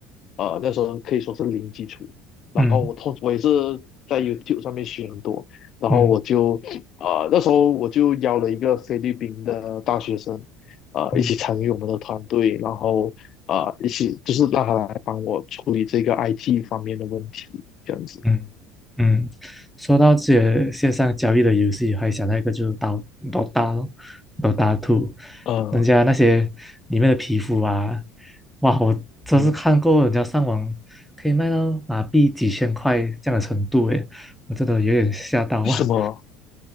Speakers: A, on the left (about 50°); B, in the centre.
A: 呃那时候可以说是零基础，然后我通我也是
B: 嗯
A: 在 YouTube 上面学很多，然后我就呃那时候我就邀了一个菲律宾的大学生。
B: 嗯
A: 呃，
B: 嗯
A: 一起参与我们的团队，然后呃一起，就是让他来帮我处理这个 IT 方面的问题，这样子。
B: 嗯嗯，说到这些线上交易的游戏，还想到一个就是刀刀大咯，刀大 t
A: 呃，
B: 人家那些里面的皮肤啊，哇，我真是看过人家上网可以卖到马币几千块这样的程度，
A: 嗯，
B: 诶，我真的有点吓到哇，
A: 为什么